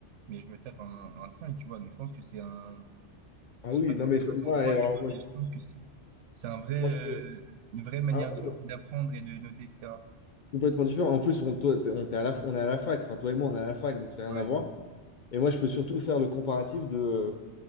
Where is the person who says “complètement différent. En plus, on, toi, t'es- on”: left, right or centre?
Left